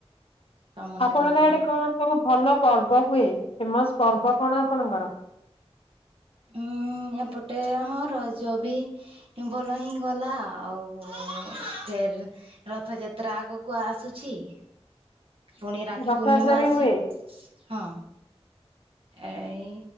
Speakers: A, on the right (about 60°); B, on the left (about 60°).
A: କାମ
B: ଆପଣଙ୍କ
A: ନ କଲେ
B: ଆଡ଼େ
A: ତ
B: କଣ ସବୁ ଭଲ ପର୍ବ ହୁଏ ଫେମସ୍ ପର୍ବ କଣ ଆପଣଙ୍କର?
A: ଉଁ ଏପଟେ ହଁ ରଜବି ଭଲ ହିଁ ଗଲା ଆଉ ଫେର୍ ରଥଯାତ୍ରା ଆଗକୁ ଆସୁଛି। ପୁଣି ରାକ୍ଷୀ
B: ରଥଯାତ୍ରା
A: ପୂର୍ଣ୍ଣିମା
B: ବି
A: ଆସି
B: ହୁଏ
A: ହଁ ଏଇ